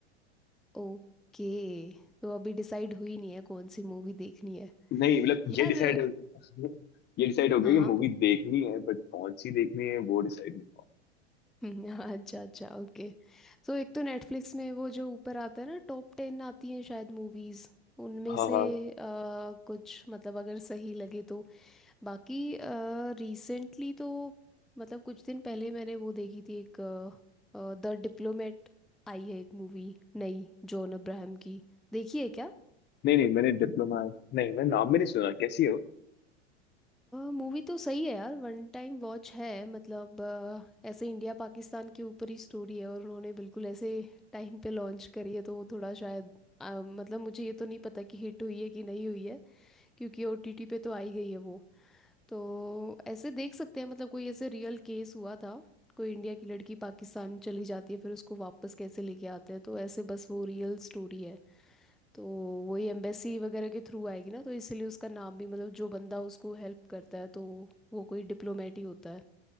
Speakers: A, in the centre; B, on the left (about 30°).
A: ओके तो अभी डिसाइड हुई नहीं है कौन सी मूवी देखनी है
B: नहीं मतलब
A: यार
B: ये डिसाइड <laughs> ये डिसाइड हो गया
A: हाँ
B: कि
A: हाँ
B: मूवी देखनी है बट कौन सी देखनी है वो डिसाइड नहीं हुआ
A: <laughs> हम्म, अच्छा अच्छा ओके सो एक तो नेटफ्लिक्स में वो जो ऊपर आता है ना टॉप टेन आती हैं शायद मूवीज उनमें
B: हाँ
A: से
B: हाँ
A: अ, कुछ मतलब अगर सही लगे तो बाकी रिसेंटली तो मतलब कुछ दिन पहले मैंने वो देखी थी एक द डिप्लोमेट आई है एक मूवी नई जॉन अब्राहम की देखी है क्या
B: नहीं नहीं मैंने डिप्लोमा नहीं मैंने नाम भी नहीं सुना कैसी है वो
A: मूवी तो सही है यार वन टाइम वॉच है मतलब अ, ऐसे इंडिया पाकिस्तान के ऊपर ही स्टोरी है और उन्होंने बिल्कुल ऐसे टाइम पे लॉन्च करी है तो वो थोड़ा शायद अ, मतलब मुझे ये तो नहीं पता कि हिट हुई है कि नहीं हुई है क्योंकि ओटीटी पे तो आई गई है वो तो ऐसे देख सकते हैं मतलब कोई ऐसे रियल केस हुआ था कोई इंडिया की लड़की पाकिस्तान चली जाती है फिर उसको वापस कैसे लेके आते हैं तो ऐसे बस वो रियल स्टोरी है तो वही एम्बेसी वगैरह के थ्रू आएगी ना तो इसलिए उसका नाम भी मतलब जो बंदा उसको हेल्प करता है तो वो कोई डिप्लोमेट ही होता है